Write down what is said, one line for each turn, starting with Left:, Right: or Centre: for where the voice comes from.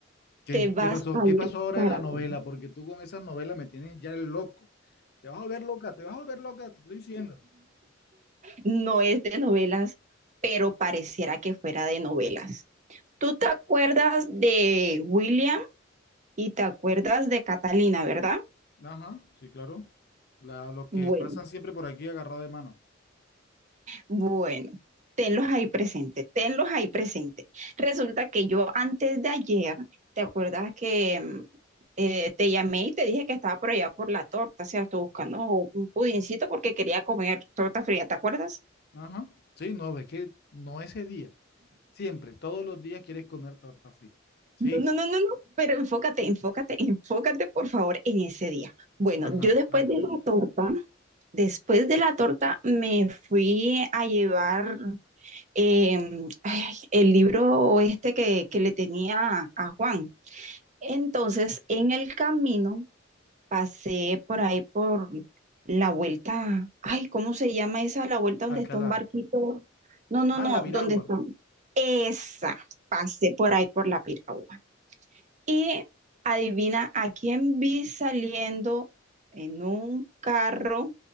Left: ¿Qué?
Right: Te vas
Left: ¿Qué pasó?
Right: a
Left: ¿Qué
Right: ir
Left: pasó ahora
Right: para
Left: en la
Right: atrás.
Left: novela? Porque tú con esas novelas me tienes ya el loco. Te vas a volver loca, te vas a volver loca, te estoy diciendo.
Right: No es de novelas, pero pareciera que fuera de novelas. ¿Tú te acuerdas de William y te acuerdas de Catalina, verdad?
Left: Ajá, sí, claro. La- los que
Right: Bueno,
Left: pasan siempre por aquí agarrados de manos.
Right: Bueno, tenlos ahí presentes, tenlos ahí presentes. Resulta que yo antes de ayer, ¿te acuerdas que mm, eh, te llamé y te dije que estaba por allá por la torta, o sea, estoy buscando un pudincito porque quería comer torta fría, ¿te acuerdas?
Left: Ajá. Sí, no, es que no ese día. Siempre, todos los días quieres comer torta fría. Sí.
Right: No, no, no, no, no, pero enfócate, enfócate, enfócate por favor en ese día. Bueno,
Left: Ajá,
Right: yo después
Left: dale,
Right: de
Left: dale.
Right: la torta, después de la torta me fui a llevar em, ay, el libro este que, que le tenía a Juan. Entonces, en el camino pasé por ahí por la vuelta, ay, ¿cómo se llama esa? La vuelta donde
Left: Alcalá.
Right: está un barquito. No, no,
Left: Ah,
Right: no,
Left: la piragua.
Right: donde está. Esa, pasé por ahí por la piragua. Y adivina a quién vi saliendo en un carro